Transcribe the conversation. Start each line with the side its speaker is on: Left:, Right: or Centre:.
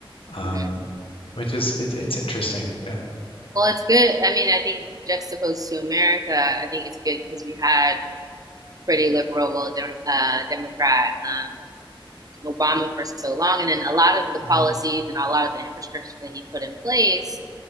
Left: um,
Right: mm-hmm.
Left: which is it, it's interesting. Yeah.
Right: Well, it's good. I mean, I think juxtaposed to America, I think it's good because we had pretty liberal uh, Democrat um, Obama for so long, and then a lot of the policies
Left: hmm
Right: and a lot of the infrastructure that he put in place